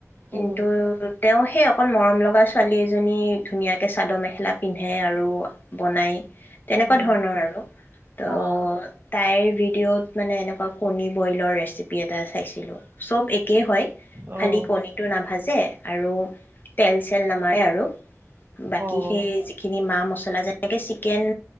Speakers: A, on the left (about 40°); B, on the right (about 40°).
A: কিন্তু
B: উম,
A: তেওঁ সেই অকন মৰম লগা ছোৱালী এজনী মানুজনী ধুনীয়াকে চাদৰ মেখেলা পিন্ধে আৰু বনাই তেনেকুৱা
B: উম,
A: ধৰণৰ আৰু ত
B: অ',
A: তাইৰ ভিডিঅ'ত মানে এনেকুৱা কণী বইলৰ ৰেচিপি এটা চাইছিলোঁ চব একেই হয়।
B: অ',
A: খালি কণী টো নাভাজে আৰু তেল চেল নামাৰে আৰু বাকী
B: অ',
A: সেই যিখিনি মাহ মচলা যেনেকে চিকেন